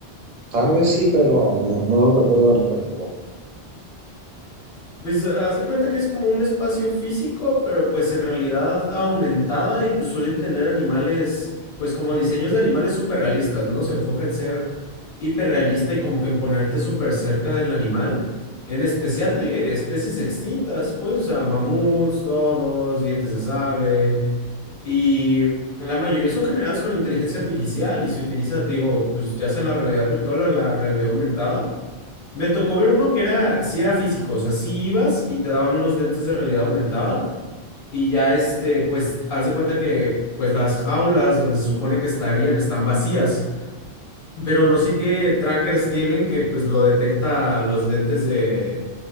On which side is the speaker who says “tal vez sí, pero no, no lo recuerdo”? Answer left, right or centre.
Right